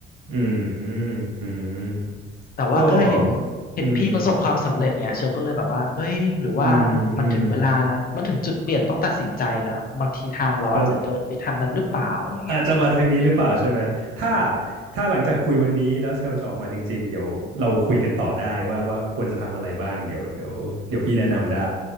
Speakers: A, on the right (about 85°); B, on the left (about 50°).
A: อืมอืมอืม
B: แต่ว่าก็เห็น
A: ก็
B: เห็นพี่ประสบความสำเร็จไงเชลก็เลยแบบว่าเอ้ยหรือว่ามันถึงเวลาละมันถึงจุดเปลี่ยนต้องตัดสินใจแล้วบางทีทางเราอาจจะเดินไปทางนั้นหรือเปล่าอะไรเงี้ย
A: อืมอืมอืมเข้า อาจจะมาทางนี้หรือเปล่าใช่ไหมถ้าถ้าหลังจากคุยวันนี้แล้วเชลจะออกมาจริงๆเดี๋ยวเราคุยกันต่อได้ว่าว่าควรจะทำอะไรบ้างเดี๋ยวเดี๋ยวเดี๋ยวพี่แนะนำได้